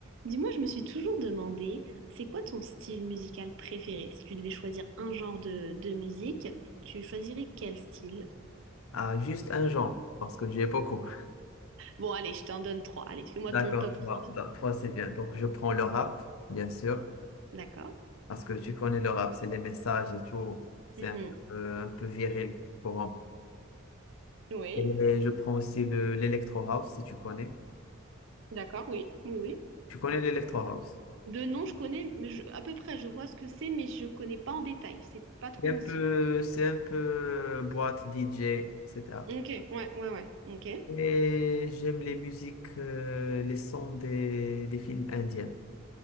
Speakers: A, on the right; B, on the left.
A: Dis-moi, je me suis toujours demandé, c'est quoi ton style musical préféré? Si tu devais choisir un genre de, de musique, tu choisirais quel style?
B: Ah, juste un genre, parce que j'ai beaucoup.
A: Bon, allez, je t'en donne trois. Allez, fais-moi
B: D'accord,
A: ton top
B: trois.
A: 3.
B: Da- Trois, c'est bien. Donc, je prends le rap, bien sûr,
A: D'accord?
B: parce que tu connais le rap, c'est les messages et tout. C'est
A: Mhm.
B: un peu, un peu viril pour un.
A: Oui,
B: Et je prends aussi le, l'électro house, si tu connais.
A: d'accord, oui, oui, oui.
B: Tu connais l'électro house.
A: De nom, je connais, mais je- à peu près, je vois ce que c'est, mais je connais pas en détail. C'est pas trop
B: C'est
A: mon
B: un peu,
A: style.
B: c'est un peu euh, boîte DJ, etc. Et cetera.
A: Ok, ouais, ouais, ouais, ok.
B: Et j'aime les musiques, euh, les sons des, des films indiens.